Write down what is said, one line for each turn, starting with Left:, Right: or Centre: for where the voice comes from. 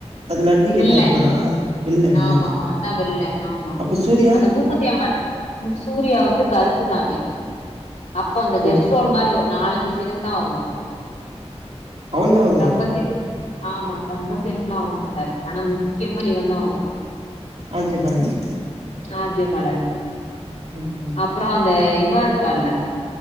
Right: அதுல அட்வகேட்டா
Left: வில்லே
Right: இருப்பாரா வில்ல வில்லனா
Left: ஆமா அவ தா வில்லே ஆமா
Right: அப்ப சூர்யா
Left: அந்த மூத் க்குத்தி அம்மன் ம் சூர்யா வந்து கருப்பு சாமி அப்போ அந்த கெஸ்ட்ரோல்
Right: ஓ
Left: மாரி ஒரு நாலஞ்சு சீனுக்கு தா வருவ
Right: அவ்ளதா வருதா
Left: ரொம்ப சீன் ஆமா ரொம்ப சீனுக்கல்லா வரமாட்டாரு ஆனா முக்கியமா இவந்தா வருவா
Right: R J Balaji
Left: R J Balaji
Right: ம்
Left: அப்ற அந்த இவா இருப்பால்ல